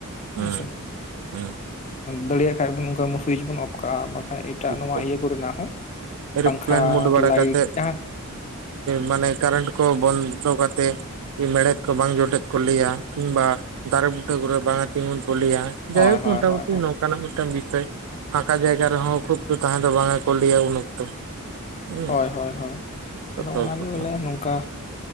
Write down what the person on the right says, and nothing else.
ᱦᱩᱸ
ᱦᱩᱸ
ᱴᱷᱤᱠ
ᱠᱚ
ᱮᱨᱳᱯᱞᱮᱱ
ᱢᱩᱰ ᱵᱟᱲᱟ
ᱠᱟᱛᱮᱫ
ᱢᱟᱱᱮ ᱠᱟᱨᱮᱱᱴ ᱠᱚ ᱵᱚᱱᱫᱚ ᱠᱟᱛᱮᱫ ᱢᱮᱲᱦᱮᱫ ᱠᱚ ᱵᱟᱝ ᱡᱚᱴᱮᱫ ᱠᱚ ᱞᱟᱹᱭᱟ ᱠᱤᱝᱵᱟ ᱫᱟᱨᱮ ᱵᱩᱴᱟᱹ ᱠᱚᱨᱮ ᱵᱟᱝᱟ ᱛᱤᱸᱜᱩᱱ ᱠᱚ ᱞᱟᱹᱭᱟ
ᱡᱟᱭ ᱦᱳᱠ
ᱢᱚᱴᱟᱢᱩᱴᱤ
ᱱᱚᱝᱠᱟ ᱚᱱᱠᱟᱱᱟᱜ ᱢᱤᱫᱴᱟᱝ ᱵᱤᱥᱚᱭ ᱯᱷᱟᱸᱠᱟ ᱡᱟᱭᱜᱟ ᱨᱮᱦᱚᱸ ᱠᱷᱩᱵ ᱫᱚ ᱛᱟᱦᱮᱸ ᱫᱚ ᱵᱟᱝᱟ ᱠᱚ ᱞᱟᱹᱭᱟ ᱩᱱ ᱚᱠᱛᱚ ᱦᱩᱸ
ᱡᱚᱛᱚ
ᱦᱚᱲ
ᱠᱚ